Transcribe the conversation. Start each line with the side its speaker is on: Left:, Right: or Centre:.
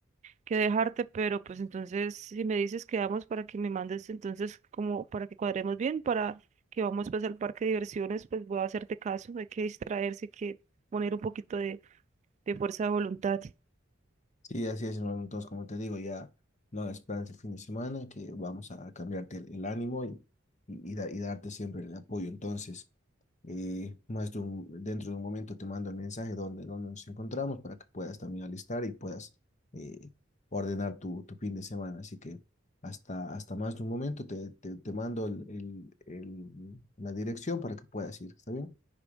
Right: que dejarte, pero pues entonces si me dices quedamos para que me mandes entonces como para que cuadremos bien, para que vamos pues al parque de diversiones, pues voy a hacerte caso, hay que distraerse, hay que poner un poquito de fuerza de voluntad.
Left: Sí, así es, hermano. Entonces, como te digo, ya no hagas planes el fin de semana, que vamos a cambiarte el, el ánimo y, y, y da- y darte siempre el apoyo. Entonces, eh, más de un- dentro de un momento te mando el mensaje donde, donde nos encontramos para que puedas también alistar y puedas eh, ordenar tu, tu fin de semana. Así que hasta, hasta más de un momento te, te, te mando el, el, el- la dirección para que puedas ir. ¿Está bien?